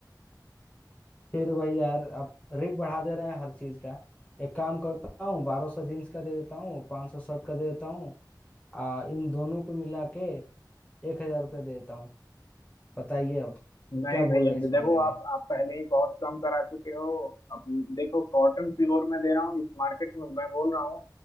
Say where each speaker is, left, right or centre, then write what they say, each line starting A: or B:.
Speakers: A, on the left; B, on the left.
A: फिर वही यार आप रेट बढ़ा दे रहे हैं हर चीज का एक काम करता हूँ बारह सौ जीन्स का दे देता हूँ पाँच सौ शर्ट का दे देता हूँ आ, इन दोनों को मिला के एक हजार रुपया देता हूँ बताइए अब
B: नहीं
A: क्या
B: भाई
A: बोल रहे
B: अभी
A: हैं इस
B: देखो
A: मामले में
B: आप आप पहले ही बहुत कम करा चुके हो अब देखो कॉटन प्योर में दे रहा हूँ इस मार्केट में मैं बोल रहा हूँ